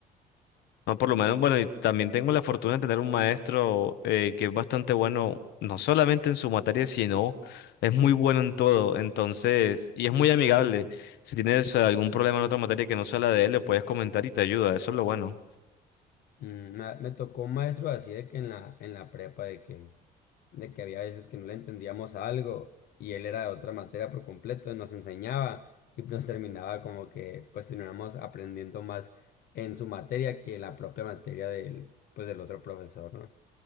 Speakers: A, on the left; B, on the left.
A: No, por lo menos, bueno, y también tengo la fortuna de tener un maestro eh, que es bastante bueno, no solamente en su materia, sino es muy bueno en todo. Entonces, y es muy amigable. Si tienes eh, algún problema en otra materia que no sea la de él, le puedes comentar y te ayuda. Eso es lo bueno.
B: Mm, Me, me tocó un maestro así de que en la, en la prepa de que, de que había veces que no le entendíamos algo y él era de otra materia por completo y nos enseñaba y nos terminaba como que pues terminamos aprendiendo más en su materia que en la propia materia del, pues del otro profesor, ¿no?